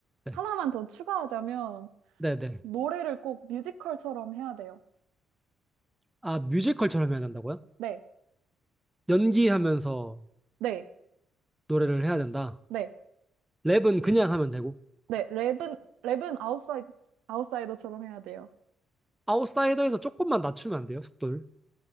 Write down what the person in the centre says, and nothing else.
네,
네, 네.
아, 뮤지컬처럼 해야 된다고요?
연기하면서
노래를 해야 된다.
랩은 그냥 하면 되고.
아웃사이더에서 조금만 낮추면 안 돼요, 속도를.